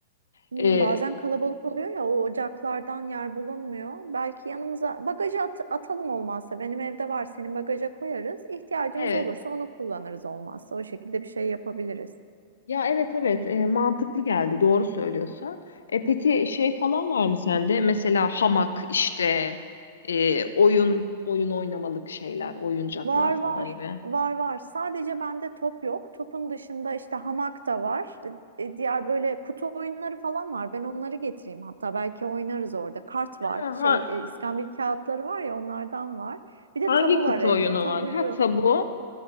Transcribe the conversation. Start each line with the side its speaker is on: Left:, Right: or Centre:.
Right: Hmm,
Left: E,
Right: bazen kalabalık oluyor ya o ocaklardan yer bulunmuyor. Belki yanımıza bagaja at- atalım olmazsa benim evde var senin bagaja koyarız. İhtiyacımız
Left: evet.
Right: olursa onu kullanırız olmazsa o şekilde bir şey yapabiliriz.
Left: Ya evet evet e, mantıklı geldi doğru söylüyorsun. E, peki şey falan var mı sende? Mesela hamak işte e, oyun oyun oynamalık şeyler, oyuncaklar
Right: Var
Left: falan
Right: var
Left: gibi.
Right: var var sadece bende top yok. Topun dışında işte hamak da var. E, e, diğer böyle kutu oyunları falan var. Ben onları getireyim hatta belki oynarız orada. Kart var
Left: Ha,
Right: şey
Left: ha-
Right: e, iskambil kağıtları var ya onlardan var. Bir de
Left: hangi
Right: tabu
Left: kutu
Right: var evde
Left: oyunu
Right: tabuyu.
Left: var? Ha tabu.